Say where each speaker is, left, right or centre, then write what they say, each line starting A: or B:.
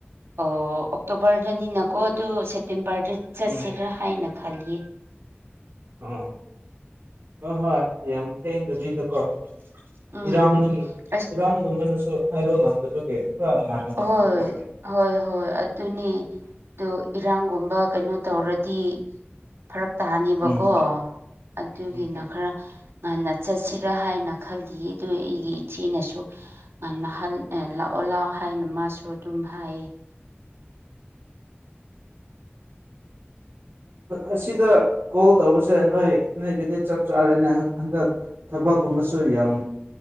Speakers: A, on the right; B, on the right.
A: ꯑꯣ ꯑꯣꯛꯇꯣꯕꯔꯗꯅꯤꯅꯀꯣ ꯑꯗꯨ ꯁꯦꯞꯇꯦꯝꯕꯔꯗ ꯆꯠꯁꯤꯔꯥ
B: ꯎꯝ
A: ꯍꯥꯏꯅ ꯈꯜꯂꯤꯌꯦ
B: ꯑꯣ ꯍꯣꯏ ꯍꯣꯏ ꯌꯥꯝ ꯊꯦꯡꯗꯕꯤꯗꯀꯣ
A: ꯎꯝ
B: ꯏꯔꯥꯡ
A: ꯑꯁ
B: ꯏꯔꯥꯡꯇꯨꯝꯕꯅꯁꯨ ꯍꯥꯏꯕ ꯉꯝꯗꯕꯒꯤ ꯈꯔ ꯍꯥꯟꯕ ꯃꯐꯝꯗꯤ
A: ꯍꯣꯏ ꯍꯣꯏ ꯍꯣꯏ ꯑꯗꯨꯅꯦ ꯑꯗꯨ ꯏꯔꯥꯡꯒꯨꯝꯕ ꯀꯩꯅꯣ ꯇꯧꯔꯗꯤ ꯐꯔꯛ ꯇꯥꯅꯤꯕꯀꯣ
B: ꯎꯝ
A: ꯑꯗꯨꯒꯤꯅ
B: ꯎꯝ
A: ꯈꯔ ꯉꯥꯟꯅ ꯆꯠꯁꯤꯔꯥ ꯍꯥꯏꯅ ꯈꯜꯂꯤꯌꯦ ꯑꯗꯨ ꯑꯩꯒꯤ ꯏꯆꯦꯅꯁꯨ ꯅꯍꯜ ꯂꯥꯛꯑꯣ ꯂꯥꯛꯑꯣ ꯍꯥꯏꯅ ꯃꯥꯁꯨ ꯑꯗꯨꯝ ꯍꯥꯏꯌꯦ
B: ꯑꯁꯤꯗ ꯀꯣꯜ ꯇꯧꯕꯁꯦ ꯅꯣꯏ ꯅꯣꯏꯒꯤꯗꯤ ꯆꯞ ꯆꯥꯔꯦꯅꯦ ꯍꯟꯗꯛ ꯊꯕꯛꯀꯨꯝꯕꯁꯨ ꯌꯥꯝ